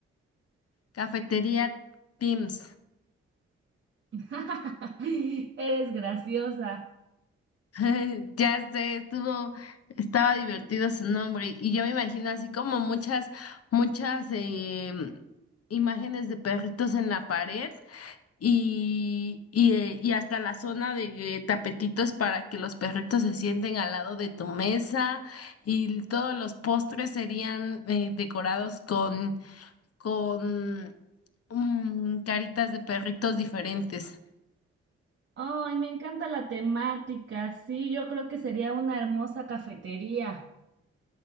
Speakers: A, on the left (about 50°); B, on the right (about 40°).
A: cafetería Teams.
B: <laughs> Eres graciosa.
A: <laughs> Ya sé, estuvo, estaba divertido su nombre y yo me imagino así como muchas, muchas eh, imágenes de perritos en la pared y, y, eh, y hasta la zona de eh, tapetitos para que los perritos se sienten al lado de tu mesa y todos los postres serían eh, decorados con, con mm, caritas de perritos diferentes.
B: Ay, me encanta la temática. Sí, yo creo que sería una hermosa cafetería.